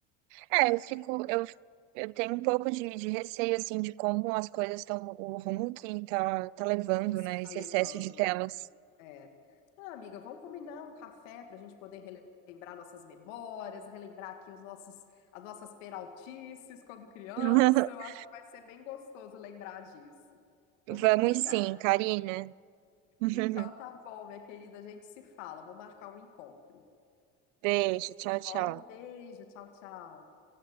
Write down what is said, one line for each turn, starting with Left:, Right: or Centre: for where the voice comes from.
Right: É, eu fico, eu, eu tenho um pouco de, de receio, assim, de como as coisas estão, o rumo que tá, tá levando,
Left: que isso
Right: né,
Left: está
Right: esse
Left: levando,
Right: excesso de telas.
Left: é. É. Ah, amiga, vamos combinar um café para a gente poder relembrar nossas memórias, relembrar aqui os nossos, as nossas peraltices quando criança.
Right: <laughs>
Left: Eu acho que vai ser bem gostoso lembrar disso. Vamos
Right: Vamos
Left: combinar.
Right: sim, Karina. <laughs>
Left: Então tá bom, minha querida, a gente se fala. Vou marcar um encontro.
Right: Beijo, tchau, tchau.
Left: Ó, Um beijo, tchau, tchau.